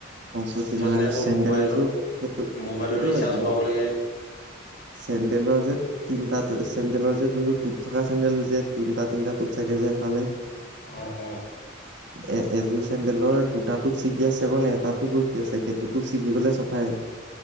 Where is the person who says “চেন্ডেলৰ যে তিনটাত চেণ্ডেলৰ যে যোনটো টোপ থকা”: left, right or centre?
Right